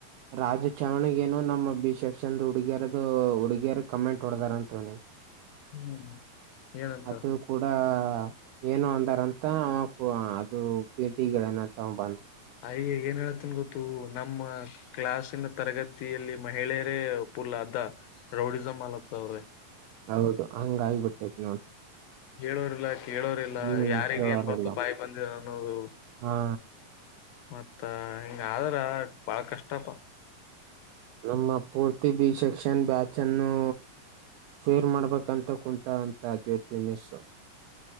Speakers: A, on the right (about 85°); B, on the left (about 80°).
A: ರಾಜು ಚವಣಗ ನು ನಮ್ಮ ಬಿ ಸೆಕ್ಷನ್ ಹುಡುಗೆರದು ಹುಡುಗೆಯರ್ ಕಮೆಂಟ್ ಹೊಡ್ದಾರಂತವ್ನಿಗೆ
B: ಹ್ಮ್ ಏನಂತ
A: ಅದು ಕೂಡ ಏನು ಅಂದಾರಂತ ಅದು ಪಿ ಟೆಗೆಳ್ಯಾನಂತ ಅವ ಬಂದ್
B: ಅಯ್ ಏನ್ ಹೇಳೇತನ್ ಗೊತ್ತೂ ನಮ್ಮ ಕ್ಲಾಸಿನ ತರಗತಿಯಲ್ಲಿ ಮಹಿಳೆಯರೇ ಪುಲ್ ಅರ್ದ ರೌಡಿಸಮ್ ಅಲತ್ತ ಅವ್ರೆ
A: ಹೌದು ಹಂಗ ಆಗ್ಬಿಟ್ಟೈತ್ ನೋಡ್
B: ಹೇಳೋರಿಲ್ಲ ಕೇಳೋರಿಲ್ಲ
A: ಹ್ಮ್
B: ಯಾರಿಗ್
A: ಕೇಳೋರೆಲ್ಲ
B: ಏನ್ ಬತು ಬಾಯಿ ಬಂದಿದೆ ಅನ್ನೂದು
A: ಹಾ
B: ಮತ್ತ ಹಿಂಗ್ ಆದ್ರ ಬಾಳ್ ಕಷ್ಟಪ
A: ನಮ್ಮ ಪೂರ್ತಿ ಬಿ ಸೆಕ್ಷನ್ ಬ್ಯಾಚ್ ಅನ್ನು ಫೇಲ್ ಮಾಡ್ಬೇಕಂತ ಕುಂತರ್ ಅಂತ ಆ ಜ್ಯೋತಿ ಮಿಸ್